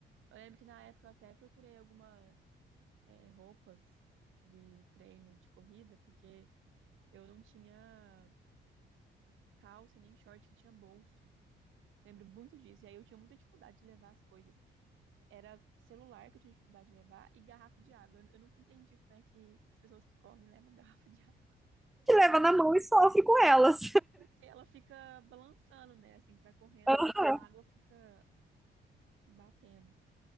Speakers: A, on the right; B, in the centre.
A: Eu lembro que na época eu até procurei algumas é, roupas de treino de corrida, porque eu não tinha calça e nem short que tinha bolso. Lembro muito disso. E aí eu tinha muita dificuldade de levar as coisas. Era celular que eu tinha dificuldade de levar e garrafa de água. Eu, eu nunca entendi como é que as pessoas que correm levam garrafa de água.
B: Te leva na mão e sofre com elas.
A: Porque ela fica balançando, né? Assim, você vai correndo,
B: <laughs>
A: ela fica, a água fica batendo.